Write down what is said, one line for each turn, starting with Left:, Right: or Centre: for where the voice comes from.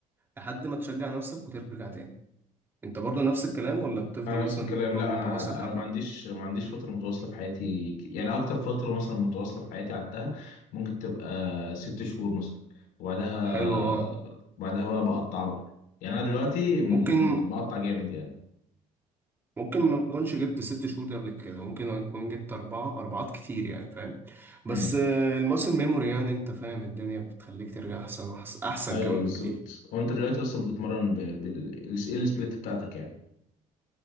Right: لحد ما تشجع نفسك وترجع تاني أنت برضه نفس الكلام ولا بتفضل
Left: انا
Right: مثلا
Left: نفس الكلام
Right: تقعد
Left: لا
Right: متواصل
Left: انا
Right: حبة؟
Left: انا ما عنديش ما عنديش فتره متواصله في حياتي ك- يعني اكتر فتره مثلا متواصله في حياتي قعدتها ممكن تبقى ست شهور مثلا وبعدها
Right: حلو أه
Left: بعدها بقى بقطع بقى يعني انا دلوقتي م-
Right: ممكن
Left: بقطع جامد يعني
Right: ممكن ما اكونش جبت ست شهور دي قبل كده ممكن اكون جبت اربعة اربعات كتير يعني فاهم بس
Left: امم
Right: آه، الماسل ميموري يعني انت فاهم الدنيا بتخليك ترجع احسن وأحس- احسن
Left: ايوه
Right: كمان
Left: بالظبط
Right: بكتير
Left: وانت دلوقتي اصلا بتتمرن ب... بال ايه السبليت بتاعتك يعني